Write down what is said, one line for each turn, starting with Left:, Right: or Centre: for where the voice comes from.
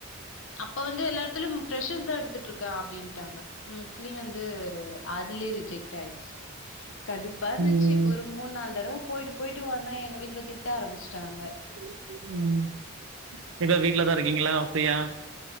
Left: அப்ப வந்து எல்லா எட்த்துலியும் ப்ரெஷர் தா எடு த்துட்ருக்க அப்டின்டாங்க மோஸ்ட்லி வந்து அதுல்யே ரிஜெக்ட் ஆயிட்சி. கடுப்பா இந்துச்சி
Right: ம் ம்
Left: ஒரு மூண் நால் தடவ போய்ட்டு போய்ட்டு வந்தே எங்க வீட்ல திட்ட ஆரம்ச்ட்டாங்க.
Right: <inaudible> ம் இப்ப வீட்லதா இருக்கிங்களா ஃப்ரீயா?